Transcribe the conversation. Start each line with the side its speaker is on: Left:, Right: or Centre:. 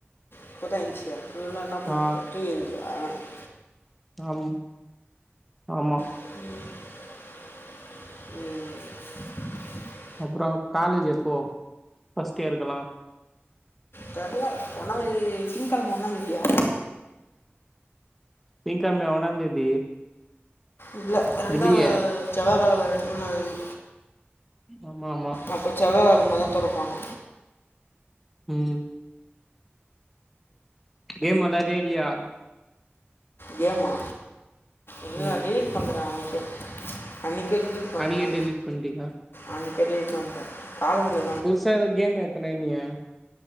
Left: இப்பதா ஏந்ச்சியா இவ்லோ நேரோ என்னாப் பன்
Centre: ஆ
Left: <unintelligible>
Centre: ஆம் ஆமா
Left: <inaudible> உம்
Centre: அப்புறோ காலேஜ் எப்போ ஃபர்ஸ்ட் இயருக்கெல்லாம்
Left: தெர்ல ஒன்னா தேதி திங்கெழம ஒன்னாந்தேதியா
Centre: திங்கெழமையா ஒன்னாந்தேதி
Left: இல்ல ரெண்டா
Centre: இல்லியே
Left: செவ்வாக்கெழம ஒன்னாந்தேதி
Centre: ஆமா ஆமா
Left: அப்போ செவ்வாகெழம தா தொரப்பாங்க
Centre: உம் கேம் வெலயாரியா இல்லியா
Left: கேமா இல்ல
Centre: ம்
Left: டிலீட் பன்னிடே அன்னிக்கே அன்னிக்கே டெலீட் பண்ணேனா
Centre: அன்னிக்கே டெலீட் பண்ட்டியா
Left: அன்னிக்கே டெலீட் பண்ணிடே காலஜ்ல
Centre: புதுசா எதோ கேம் ஏத்துனனியே